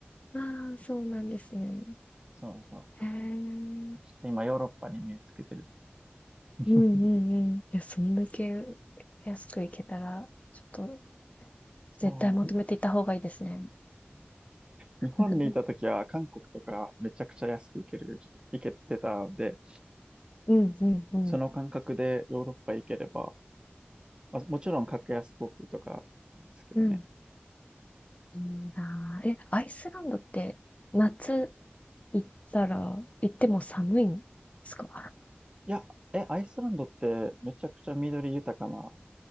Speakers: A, on the left; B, on the right.
A: ああ、そうなんですね。
B: そうそ
A: へえ。
B: う。ちょっと今ヨーロッパに目つけてる。<laughs>
A: うんうんうん。いや、そんだけ安く行けたら、ちょっと絶対まとめていった方がいいですね。
B: そう。日本にいた時は韓国とかめちゃくちゃ安く行ける、
A: <laughs>
B: 行けてたんで、
A: うんうんうん。
B: その感覚でヨーロッパ行ければ、まあ、もちろん格安航空とかですけどね。
A: うん。いいなあ。え、アイスランドって夏行ったら、行っても寒いんですか
B: いや、え、アイスランドってめちゃくちゃ緑豊かな